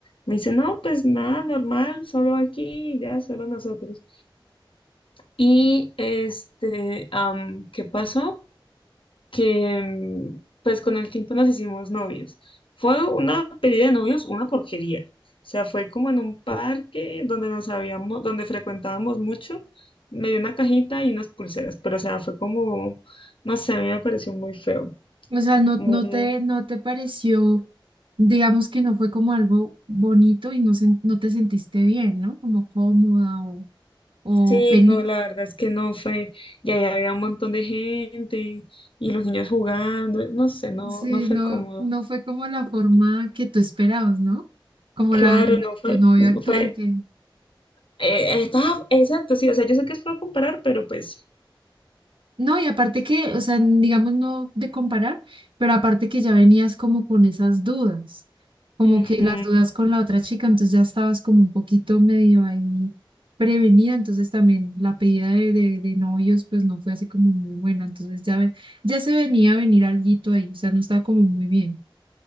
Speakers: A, on the left (about 75°); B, on the right (about 75°).
A: Me dice, no, pues nada, normal, solo aquí, ya, solo nosotros. Y este, am, ¿qué pasó? que mm, pues con el tiempo nos hicimos novios. Fue una pedida de novios, una porquería. O sea, fue como en un parque donde nos habíamos, donde frecuentábamos mucho. Me dio una cajita y unas pulseras, pero o sea, fue como, no sé, a mí me pareció muy feo,
B: O sea, no,
A: muy...
B: no te, no te pareció, digamos que no fue como algo bonito y no, sen- no te sentiste bien, ¿no? Como cómoda o, o
A: Sí,
B: feliz.
A: no, la verdad es que no fue, y ahí había un montón de gente y los niños jugando, no sé, no,
B: Sí,
A: no fue
B: no,
A: cómodo.
B: no fue como la forma que tú esperabas, ¿no? Como
A: Claro,
B: la de
A: no fue,
B: tu novio actual
A: fue,
B: que...
A: eh, estaba, exacto, sí, o sea, yo sé que es feo comparar, pero pues
B: No, y aparte que, o sea, n- digamos no de comparar, pero aparte que ya venías como con esas dudas, como
A: Ujú.
B: que las dudas con la otra chica, entonces ya estabas como un poquito medio ahí prevenida, entonces también la pedida de, de, de novios pues no fue así como muy buena, entonces ya, ve- ya se venía a venir alguito ahí, o sea, no estaba como muy bien.